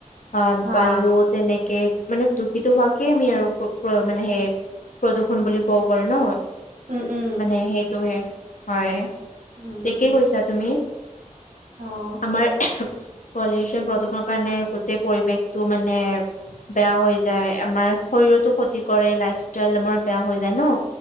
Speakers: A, on the left; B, on the right.
A: অ
B: হা
A: বায়ু তেনেকে মানে দুখিত হোৱাকে আমি আৰু মানে সেই প্ৰদূৰ্ষণ বুলি কব পাৰো ন।
B: উম উম
A: মানে সেইটোহে হয়
B: উম
A: থিকে কৈছা তুমি। তুমি
B: অ'
A: আমাৰ পলিউচন প্ৰদূষণৰ কাৰণে গোটেই পৰিৱেশটো মানে বেয়া হৈ যায় আমাৰ শৰীৰতো ক্ষতি কৰে লাইফ ষ্টাইল আমাৰ বেয়া হৈ যায় ন।